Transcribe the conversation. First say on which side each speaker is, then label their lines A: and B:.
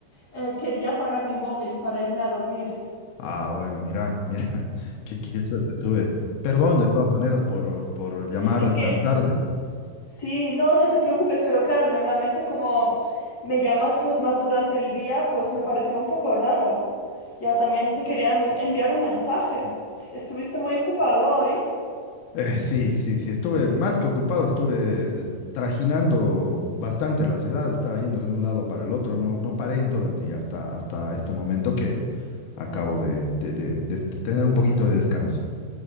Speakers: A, on the left (about 40°); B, on the left (about 70°).
A: eh, quería apagar mi móvil para irme a dormir.
B: Ah, bueno, mira, mira, <laughs> qué, qué- qué suerte tuve. Perdón, de todas maneras, por, por llamar
A: Es
B: tan
A: que
B: tarde.
A: Sí, no, no te preocupes, pero claro, normalmente como me llamas pues más durante el día, pues me pareció un poco raro. Ya también te quería en- enviar un mensaje. ¿Estuviste muy ocupado hoy?
B: Eh, sí, sí, sí, estuve más que ocupado, estuve eh, trajinando bastante la ciudad, estaba yendo de un lado para el otro, no, no paré en todo el día hasta, hasta este momento que acabo de de- de- de tener un poquito
A: Mm,
B: de descanso.